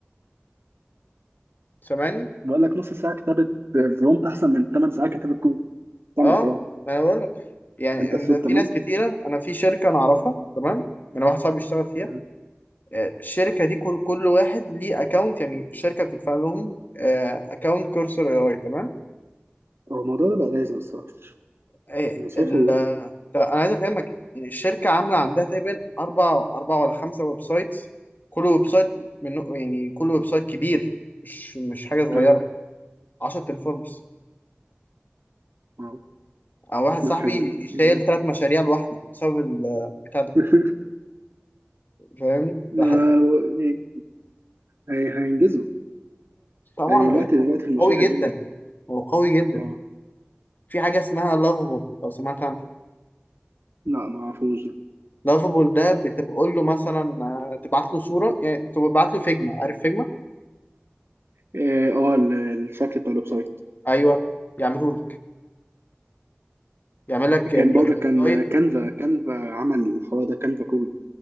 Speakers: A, on the left; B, on the right.
A: سامعني
B: بقول لك نص ساعه كتابه برومت احسن من 8 ساعات كتابه كود سامعك
A: اه
B: اه
A: ما انا بقول لك يعني
B: انت
A: إن
B: الصوت
A: في
B: تمام
A: ناس كتيره انا في شركه انا اعرفها تمام انا واحد صاحبي بيشتغل فيها
B: تمام
A: آه، الشركه دي كل كل واحد ليه اكونت يعني الشركه بتدفع لهم اكونت كورسر اي اي تمام
B: هو الموضوع ده بقى لازم الصراحه
A: إيه
B: انا شايفه
A: ال ده انا عايز افهمك يعني الشركه عامله عندها تقريبا اربع اربع ولا خمسه ويب سايتس كل ويب سايت منه يعني كل ويب سايت كبير مش مش حاجه صغيره
B: اه
A: 10 تنفور بس
B: اه
A: انا واحد صاحبي
B: لا حلو
A: شايل
B: يعني.
A: ثلاث مشاريع لوحده بسبب البتاع ده
B: <laughs>
A: فاهمني
B: لا،
A: راح-
B: يعني هي- هينجزوا
A: طبعا
B: هي دلوقتي دلوقتي في المشروع
A: قوي جدا
B: هيقل
A: هو قوي جدا
B: اه
A: في حاجه اسمها لافابول لو سمعت عنها
B: لا ما اعرفوش ده.
A: لافابول ده بتقول له مثلا آه، تبعت له صوره يعني تبعت له فيجما عارف فيجما
B: اه آه، ال- الشكل بتاع الويب سايت
A: ايوه يعملوا يعمل لك
B: كان
A: الويب
B: برضه كان
A: سايت
B: كانفا كانفا عمل الحوار ده كانفا كود